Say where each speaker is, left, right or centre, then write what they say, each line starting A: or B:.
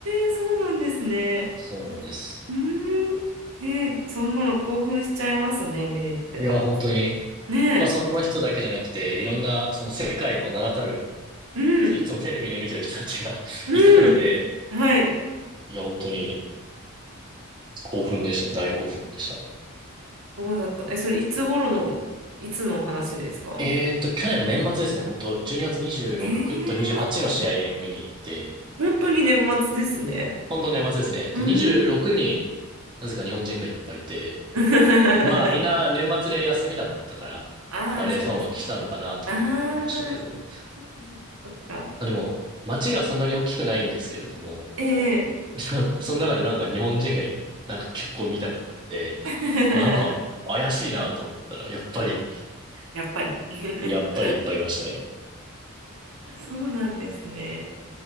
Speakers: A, on the right (about 75°); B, on the right (about 20°).
A: えそうなんですね。
B: そうなんです。
A: うーん。ええそんなの興奮しちゃいますね、ミレッテは。
B: いや、本当に、
A: ねえ。
B: まあその人だけじゃなくて、いろんな、その世界の名だたる、
A: うん、
B: そういつもテレビで見てる人たちが <laughs>
A: うん。
B: いたので、
A: はい。
B: いや、本当に興奮でしたね。大興奮でした。
A: そうだった。え、それいつ頃の、いつのお話ですか
B: えーっと、去年の年末ですね。本当12月26と28の試合を見に行って、
A: ええー、本当に年末ですね。
B: 本当年末ですね。
A: うーん。
B: で、26なぜか日本人がいっぱいいて、
A: <laughs>
B: まあみんな年末で休みだったから、
A: ああ、
B: バレエファンは来たのかなとも思いましたけれども。
A: そっかそっか。ああ、そっかそっかそっか。
B: まあでも、街がそんなに大きくないんですけれども、
A: ええ
B: <laughs> その中でなんか日本人がいなんか結構見たくて、
A: <laughs>
B: なんか怪しいなと思ったら、やっぱり、
A: やっぱり <laughs>
B: やっぱりいっぱいいましたね。
A: そうなんですね。